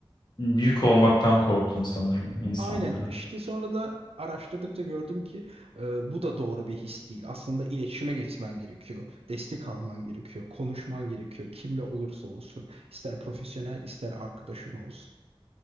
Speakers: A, on the left; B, on the right.
A: yük olmaktan korktun sanırım insanlara.
B: Aynen işte sonra da araştırdıkça gördüm ki e, bu da doğru bir his değil. Aslında iletişime geçmen gerekiyor. Destek alman gerekiyor. Konuşman gerekiyor. Kimle olursa olsun. ister profesyonel ister arkadaşın olsun.